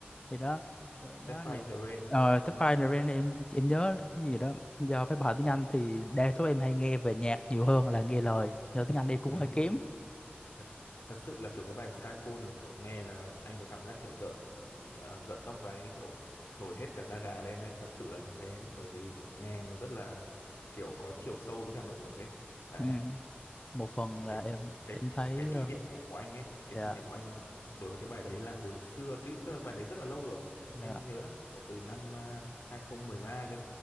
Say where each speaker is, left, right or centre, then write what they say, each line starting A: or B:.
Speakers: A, on the left; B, on the left.
A: thì đó đó
B: Catfight
A: là-
B: in the Rain
A: ờ Sắp
B: đúng không
A: Fire the Rain em em nhớ
B: ừ
A: cái gì đó do mấy bài tiếng Anh thì đa số em hay nghe về nhạc nhiều hơn là nghe lời do tiếng Anh em cũng
B: ừ
A: hơi kém
B: ừ. thật thật sự là kiểu cái bài Skyfall là kiểu nghe là anh có cảm giác kiểu rợn ờ, rợn tóc gáy kiểu nổi hết cả da gà lên đấy thật sự là như thế bởi vì kiểu nghe nó rất là kiểu có chiều sâu với cả nội lực ấy đấy
A: ừ. một phần là
B: cái
A: em
B: cái
A: em thấy
B: cái kỷ
A: ờ,
B: niệm của, của anh ấy cái
A: dạ
B: kỷ niệm của anh đối với cái bài đấy là hồi xưa cái tức là cái bài đấy rất là lâu rồi
A: dạ
B: anh nhớ là phải từ năm à, 2013 cơ